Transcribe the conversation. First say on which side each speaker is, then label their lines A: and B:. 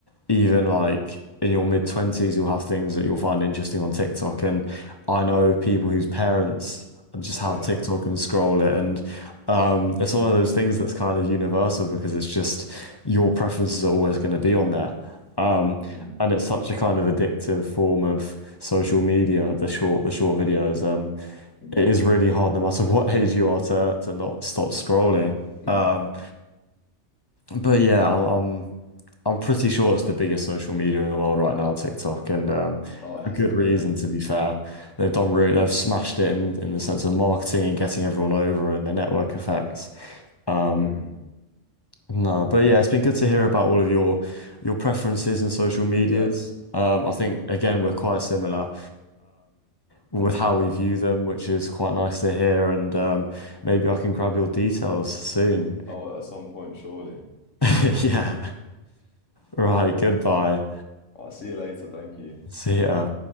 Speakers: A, on the left; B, on the left.
A: even like in your mid 20s, you'll have things that you'll find interesting on TikTok. And I know people whose parents just
B: yeah.
A: have TikTok and scroll it. And um, it's one of those things that's kind of universal because it's just your preferences are always going to be on there. Um,
B: Mm,
A: and it's such a kind of addictive form of social media, the short, the short videos. Um,
B: mm,
A: it is really hard, no matter <laughs> what age you are, to to not stop scrolling.
B: mm.
A: Um, but yeah, I'm I'm I'm pretty sure it's the biggest social media in the world right now, TikTok, and um,
B: Oh, it
A: for
B: has
A: good
B: to
A: reason,
B: be a.
A: to be fair. They've done really, they've smashed it in, in the sense of marketing and getting everyone over and the network effects. Um,
B: Mm.
A: no, but yeah, it's been good to hear about all of your your preferences and social medias.
B: Yeah.
A: Um, I think again we're quite similar with
B: hmm
A: how we view them, which is quite nice to hear. And um, maybe I can grab your details soon.
B: Oh, at some point, surely. Surely.
A: <laughs> Yeah. Right. Goodbye.
B: I'll see you later. Thank you.
A: See ya.